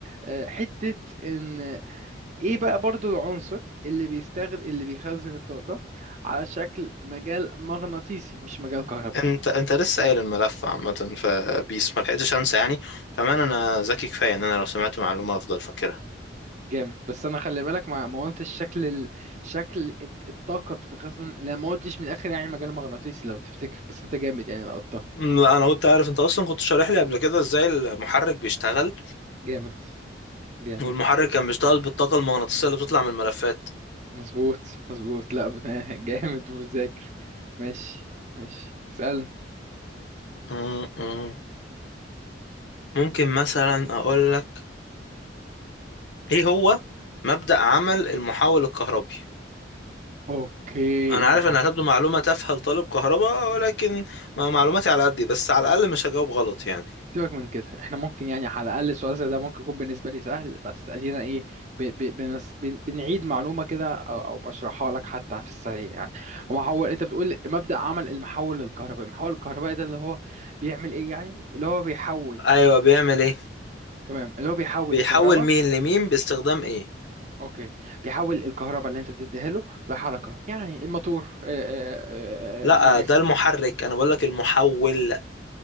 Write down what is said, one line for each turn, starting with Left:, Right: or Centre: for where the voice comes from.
Right: أه، حتة إن إيه بقى برضو العنصر اللي بيستخدم اللي بيخزن الطاقة على شكل مجال مغناطيسي مش مجال كهرباء
Left: انت انت لسه قايل الملف عامه فبيس ما لحقتش انسى يعني كمان انا ذكي كفايه ان انا لو سمعت معلومه افضل فاكرها
Right: جامد بس أنا خلي بالك ما ما قلتش شكل ال... شكل الت- الطاقة بتتخزن لا ما قلتش من الآخر يعني مجال مغناطيسي لو تفتكر بس أنت جامد يعني لقطتها
Left: أمم، لا انا كنت عارف انت اصلا كنت شارح لي قبل كده ازاي المحرك بيشتغل
Right: جامد جامد
Left: والمحرك كان بيشتغل بالطاقه المغناطيسيه اللي بتطلع من الملفات
Right: مظبوط مظبوط لا <laughs> ب- جامد وذاكر ماشي ماشي اسألني
Left: مم، مم. ممكن مثلا اقول لك ايه هو مبدأ عمل المحول الكهربي
Right: اوكي
Left: انا
Right: المحا
Left: عارف انها هتبدو معلومة تافهة لطالب كهرباء ولكن ما معلوماتي على قدي بس على الاقل مش هجاوب غلط يعني
Right: سيبك من كده احنا ممكن يعني على الاقل السؤال زي ده ممكن يكون بالنسبه لي سهل بس ادينا ايه ب ب بنس ب بنعيد معلومه كده او, أو بشرحها لك حتى في السريع يعني ومحول انت بتقول مبدأ عمل المحول الكهربائي المحول الكهربائي ده اللي هو بيعمل ايه يعني اللي هو بيحول
Left: ايوه بيعمل ايه
Right: تمام اللي هو بيحول
Left: بيحول
Right: الكهرباء
Left: مين لمين باستخدام ايه
Right: اوكي بيحول الكهرباء اللي انت بتديها له لحركه يعني الموتور آه،
Left: لا
Right: آه، آه، آه، من الاخر
Left: ده المحرك انا بقول لك المحول